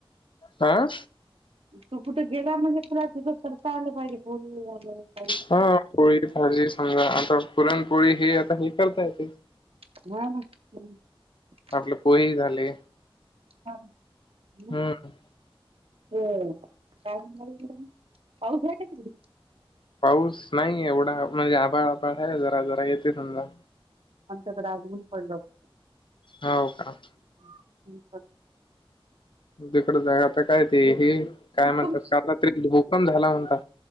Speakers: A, on the left (about 60°); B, on the right (about 80°).
A: आं
B: तू कुठे गेला म्हणलं तुला <unintelligible> करता आलं पाहिजे बोललय मी.
A: हा पोळी भाजी समजा आता पुरणपोळी हे आता हे करता येत.
B: <unintelligible>
A: आपलं पोहे झाले.
B: हा म
A: हम्म
B: हो <unintelligible> काय पाऊस आहे का तिकडे?
A: पाऊस नाही एवढा म्हणजे आभाळ आभाळ आहे जरा जरा येते समजा.
B: आमच्याकडे अजून ही पडलं. <inaudible>
A: हाव का?
B: <unintelligible>
A: तिकडं जाय आता काय ते हे काय
B: खूप
A: म्हणतात
B: कमी
A: का आता तरी भूकम झाला म्हणता.